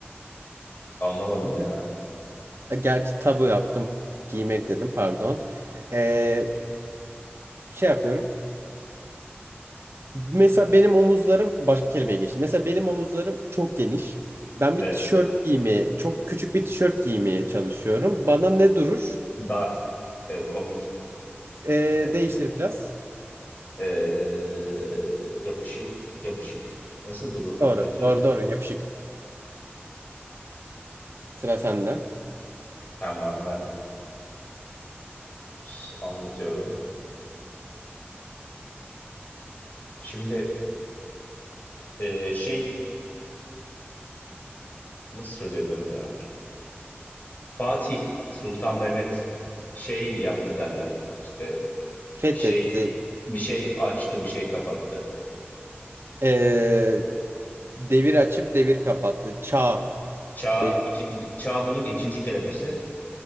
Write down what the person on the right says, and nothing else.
Gi- Gerçi tabu yaptım. Giymek dedim pardon. E, şey yapıyorum. Mesela benim omuzlarım başka kelimeye geçti. Mesela benim omuzlarım çok geniş. Ben
bir tişört giymeye, çok küçük bir tişört giymeye çalışıyorum. Bana ne durur?
E,
değiştir biraz.
Doğru,
doğru, doğru. Yapışık. Sıra sende.
Fethetti.
E, Devir açıp devir kapattı. Çağ.
Devir.